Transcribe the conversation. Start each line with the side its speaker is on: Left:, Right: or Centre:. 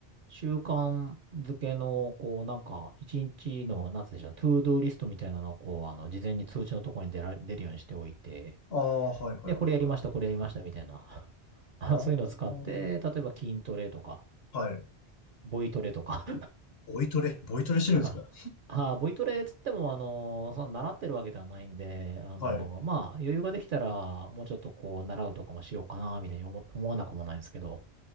Right: 習慣づけの、こう、なんか、一日の、なんつうんでしょう、トゥードゥーリストみたいなのを、こう、あの、事前に通知のところに出ら、出るようにしておいて、
Left: ああ、はいはいはいはい。
Right: で、これやりました、これやりました、みたいな。<laughs> あそういうのを使って、
Left: ああ。
Right: 例えば筋トレとか、
Left: はい。
Right: ボイトレとか。
Left: ボイトレ、ボイトレしてるんですか
Right: <laughs> あ、ボイトレつっても、あの、その習ってるわけではないんで、あの、
Left: はい。
Right: まあ、余裕ができたら、もうちょっとこう、習うとかもしようかな、みたいに思、思わなくもないんですけど、